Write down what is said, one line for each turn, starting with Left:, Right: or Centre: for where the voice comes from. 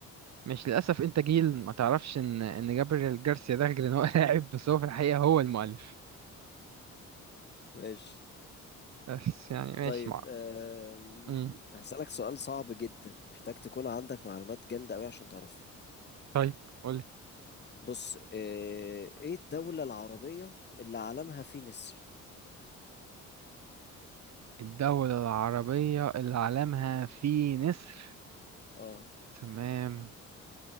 Right: مش للاسف انت جيل ما تعرفش ان ان جابريل جارسيا ده غير ان هو <laughs> لاعب بس هو في الحقيقه هو المؤلف
Left: ماشي
Right: بس يعني ماشي
Left: طيب
Right: مع
Left: آم،
Right: مم.
Left: هسألك سؤال صعب جدا محتاج تكون عندك معلومات جامدة قوي عشان تعرفه
Right: طيب قولي
Left: بص آه، ايه الدولة العربية اللي علمها فيه نسر
Right: الدولة العربية اللي علمها فيه نسر
Left: اه
Right: تمام